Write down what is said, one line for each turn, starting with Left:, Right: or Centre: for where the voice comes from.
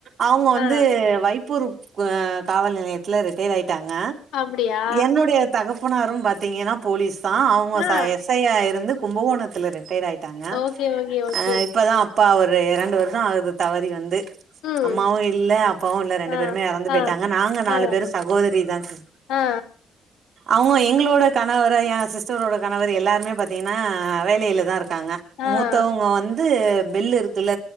Right: அவங்க
Left: ஆ
Right: வந்து வை ருப் அ காவல் நிலையத்துல ரிட்டைர் ஆய் டாங்க
Left: அப்டியா
Right: என்னுடைய தகப் பனாரு பாத்தீங்கனா போலீஸ் தா அவங்க
Left: ஆ
Right: ச எஸ் ஐ ஆ இருந்து கும்பகோணத்துல ரிட்டைர் ஆய் டாங்க
Left: ஓகே ஓகே ஓகே
Right: அ இப்ப தான் அப்பா ஒரு இரண்டு வருடம் ஆகுது தவறி வந்து
Left: ம்
Right: அம்மாவும் இல்ல அப்பாவும் இல்ல ரெண்டு
Left: ஆ
Right: பேருமே இறந்து போயிட்டாங்க
Left: ஆ
Right: நாங்க நாலு
Left: ஆ
Right: பேரும் சகோதரி தான் சி
Left: ஆ
Right: அவங்க எங்களோட கணவர் என் சிஸ்டரோட கணவர் எல்லாருமே பாத்தீங்கன்னா வேலையில தான் இருக் காங்க
Left: ஆ
Right: மூத்தவங்க வந் து பெல்லு இருக்குல